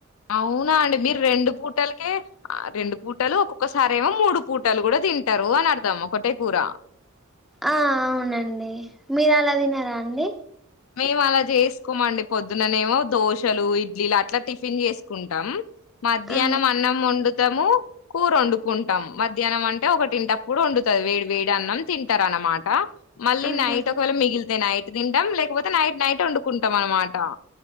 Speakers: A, on the left (about 70°); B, in the centre.
A: అవునా అండి మీరు రెండు పూటలకే రెండు పూటలు ఒక్కొక్కసారి ఏమో మూడు పూటలు కూడా తింటారు అని అర్థం ఒకటె కూర
B: ఆ అవునండి మీరు అలా తినారా అండి
A: మేము అలా చేసుకోమండి పొద్దుననేమో దోశలు ఇడ్లీలు అట్లా టిఫిన్ చేసుకుం టం మధ్యాహ్నం
B: ఆ
A: అన్నం వండుతాము కూర వండుకుంటాం మధ్యాహ్నం అంటే ఒకటింటప్పుడు వండుతది వేడి వేడి అన్నం తింటారు అనమాట మళ్ళీ
B: ఆహా
A: నైట్ ఒకవేళ మిగిలితే నైట్ తింటాం లేకపోతే నైట్ నైట్ వండుకుంటాం అనమాట